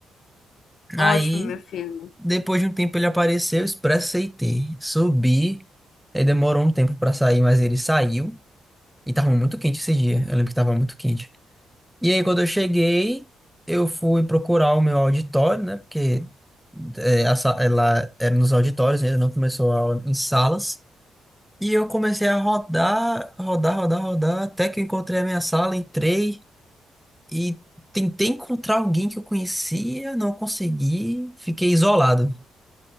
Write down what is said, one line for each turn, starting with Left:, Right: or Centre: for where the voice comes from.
Left: Ótimo,
Centre: Aí,
Left: meu filho.
Centre: depois de um tempo, ele apareceu, Expresso CT. Subi, aí demorou um tempo pra sair, mas ele saiu. E tava muito quente esse dia. Eu lembro que tava muito quente. E aí, quando eu cheguei, eu fui procurar o meu auditório, né? Porque é, a sa- ela era nos auditórios, ainda não começou a aula em salas. E eu comecei a rodar, rodar, rodar, rodar, até que eu encontrei a minha sala, entrei e tentei encontrar alguém que eu conhecia, não consegui, fiquei isolado.